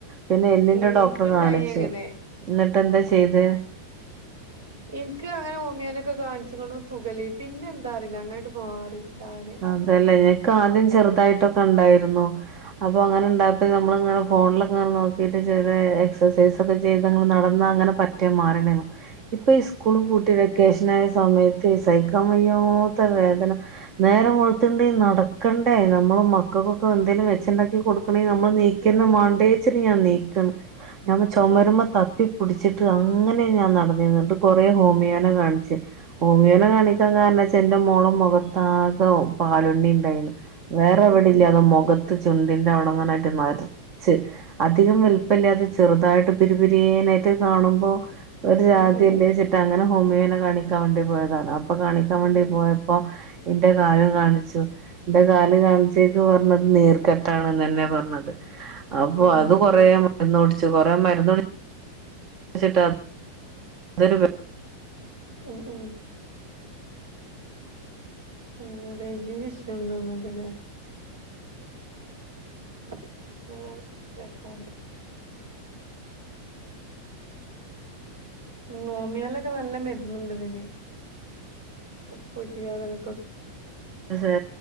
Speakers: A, on the right (about 35°); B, on the right (about 65°).
A: പിന്നെ എല്ലിന്റെ
B: എനിക്കുണ്ടായി
A: ഡോക്ടറെ കാണിച്ചു
B: അങ്ങനെ
A: എന്നിട്ട് എന്താ ചെയ്തേ
B: എൻക്ക് അങ്ങനെ ഹോമിയാനെക്കെ കാണിച്ച് കൊണ്ടു വന്ന് സുഖലി പിന്നെ എന്താറിയില്ല അങ്ങായിട്ട് മാറി താനെ
A: അതല്ലേ എക്ക് ആദ്യം ചെറുതായിട്ടൊക്കെ ഒണ്ടായിരുന്നു അപ്പൊ അങ്ങനെ ഉണ്ടായപ്പോ നമ്മളങ്ങ് അങ്ങനെ ഫോണിലൊക്കെ ഇങ്ങനെ നോക്കിട്ട് ചെലെ എക്സസൈസ് ഒക്കെ ചെയ്തങ്ങനെ നടന്നാ അങ്ങനെ പറ്റെ മാറി <unintelligible> ഇപ്പൊ ഈ സ്കൂള്
B: ഉം ഉം
A: പൂട്ടി വെക്കേഷൻ ആയ സമയത്ത് ഈ സൈക്കമയ്യാത്തെ വേദന നേരം വെളുത്തുണ്ടെ നടക്കണ്ടേ നമ്മള് മക്കകൊക്കെ എന്തേലും വെച്ച് ഇണ്ടാക്കി കൊടുക്കണെ നമ്മള് നീക്കെന്നും
B: ഉം ഉം ഉം
A: മാണ്ടേച്ച് ഞാൻ നീക്കണ് ഞമ്മ ചൊമരമ്മ
B: ഏഹ്
A: തപ്പി പിടിച്ചിട്ട് അങ്ങനെ ഞാൻ നടന്നിരുന്നത് എന്നിട്ട് കൊറെ ഹോമിയോനെ കാണിച്ച് ഹോമിയോനെ
B: ഉം
A: കാണിക്കാൻ കാരണ വെച്ച എന്റെ മോളും മൊഖത്താകെ പാലുണ്ണി ഇണ്ടായിരുന്നു വേറെ
B: ഉം
A: എവിടെ
B: ഉം
A: ഇല്ലാ അതോ മൊഖത്ത് ചുണ്ടിന്റെ അവടങ്ങനായിട്ട് നറ ച്ച് അധികം വലുപ്പയില്ലാതെ ചെറുതായിട്ട് പിരി പിരിയാനായിട്ട് കാണുമ്പോ ഒരു <unintelligible>
B: ഉം ഉം
A: അങ്ങനെ ഹോമിയോനെ കാണിക്കാൻ വേണ്ടി പോയതാണ് അപ്പം കാണിക്കാൻ വേണ്ടി
B: ഉം
A: പോയപ്പോ എന്റെ കാലും കാണിച്ചു എന്റെ കാല് കാണിച്ചേക്ക് പറഞ്ഞത് നീർക്കെട്ടാണ് എന്ന് തന്നെയാ പറഞ്ഞത് അപ്പൊ
B: ഉം
A: അത്
B: നീര്
A: കൊറെ
B: കെട്ട്
A: മരുന്ന് കുടിച്ച് കൊറെ മരുന്ന് ച്ചിട്ട് അ തൊര്
B: ഉം ഉം ഉം റേഞ്ചിന്റെ ഇഷ്യൂ ഇണ്ടോന്ന് തോന്ണ്ടല്ലേ <unintelligible> കേക്കാ നോമിയോലൊക്കെ നല്ല മരുന്നുണ്ട് ഇതിനെ ഉപ്പൂറ്റി വേദനക്കെക്കെ
A: ആഹ്